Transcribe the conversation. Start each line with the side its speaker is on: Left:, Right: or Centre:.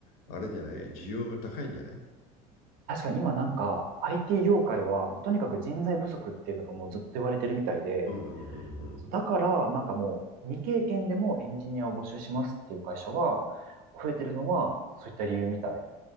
Left: あれじゃない、需要が高いんじゃない
Right: 確かに今なんか IT 業界はもうとにかく人材不足っていうのがもうずっと言われてるみたいで、
Left: うんうんうんうん。
Right: そうだからなんかもう未経験でもエンジニアを募集しますっていう会社は増えてるのはそういった理由みたい。